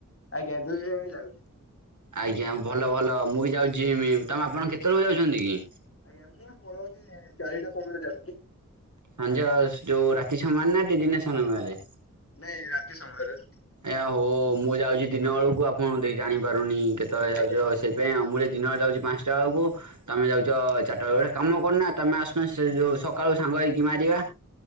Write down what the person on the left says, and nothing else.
ଆଜ୍ଞା <inaudible>
ଆଜ୍ଞା ମୁଁ ପଳଉଛି ଚାରିଟା ସମୟରେ ଯାଉଛି।
ନାଇଁ ରାତି ସମୟରେ!
ଆଜ୍ଞା।